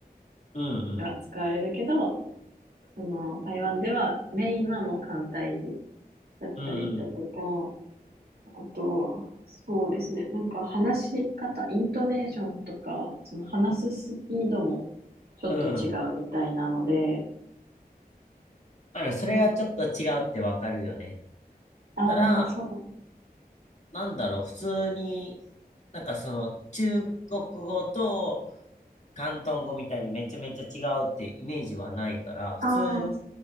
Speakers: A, on the left; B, on the right.
A: うん、うん、
B: が使われるけど、その台湾ではメインはもう簡体字だったりだとか、
A: うん、
B: あと、そうですね、なんか話し方、イントネーションとか、その話すスピードもちょっと違うみたいなので、
A: うん。あの、それがちょっと違うってわかるよね。
B: うん、ああ、
A: たら、
B: そう、
A: なんだろう、普通に、なんかその、中国語と、広東語みたいにめちゃめちゃ違うってイメージはないから、普通に
B: ああ、